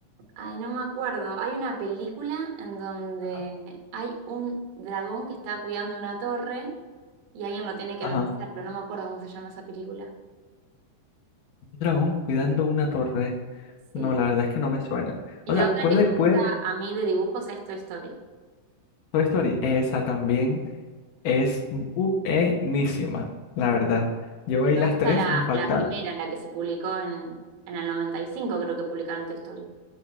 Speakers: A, on the right (about 80°); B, on the left (about 85°).
A: Ay, no me acuerdo. Hay una película en donde
B: Ajá.
A: hay un dragón que está cuidando una torre y alguien lo tiene que
B: Ajá.
A: vencer, pero no me acuerdo cómo se llama esa película.
B: Un dragón cuidando una torre.
A: Sí.
B: No, la verdad es que no me suena.
A: Y
B: O
A: la
B: sea,
A: otra
B: puede,
A: que me gusta
B: puede.
A: a mí de dibujos es Toy Story.
B: Toy Story, esa también. Es buenísima, la verdad. Yo
A: Me
B: me vi las
A: gusta
B: tres,
A: la,
B: me falta,
A: la primera, la que se publicó en, en el 95, creo que publicaron Toy Story.